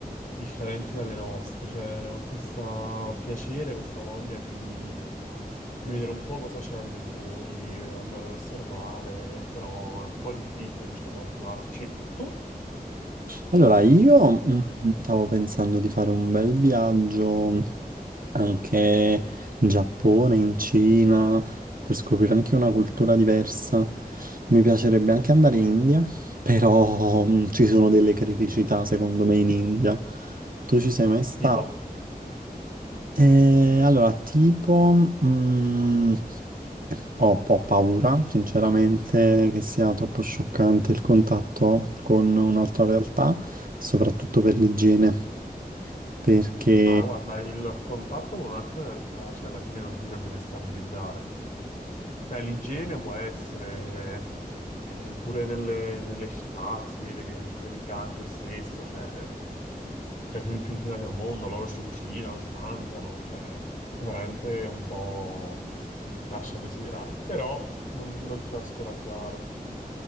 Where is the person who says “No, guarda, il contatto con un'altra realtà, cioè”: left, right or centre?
Left